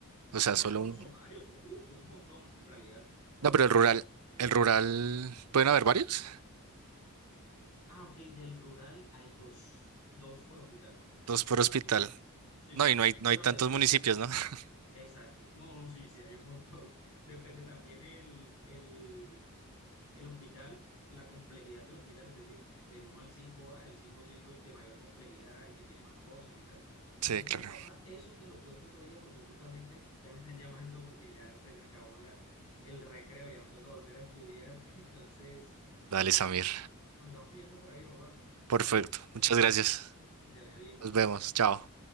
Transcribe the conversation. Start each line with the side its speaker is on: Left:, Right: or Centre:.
Right: O sea,
Left: No,
Right: solo
Left: no, no,
Right: un.
Left: son varios, son, uf, son un montón en realidad. Por
Right: No,
Left: hospital
Right: pero el rural,
Left: puede haber
Right: el rural, ¿pueden haber varios?
Left: Ah, ok, del rural hay dos, dos por hospital más o menos.
Right: Dos por hospital.
Left: Sí,
Right: No,
Left: sí,
Right: y
Left: sí.
Right: no hay, no
Left: Bueno,
Right: hay tantos
Left: depende
Right: municipios,
Left: también.
Right: ¿no? <laughs>
Left: Exacto. No, no, sí, sí, hay un montón. <laughs> Depende también el, el, el hospital, la complejidad del hospital, es decir, del uno al 5 va, el 5 siendo de mayor complejidad, el que tiene más cosas y tal. Pero
Right: Sí,
Left: si
Right: claro.
Left: quieres, Sí. papá, eso te lo cuento otro día porque justamente <laughs> ya me están llamando porque ya se me acabó la, el recreo, ya me toca volver a estudiar. <laughs> Entonces,
Right: Dale, Samir.
Left: nada, nos estamos pillando por ahí, papá.
Right: Perfecto. Muchas gracias.
Left: Que te vaya bien.
Right: Nos vemos. Chao.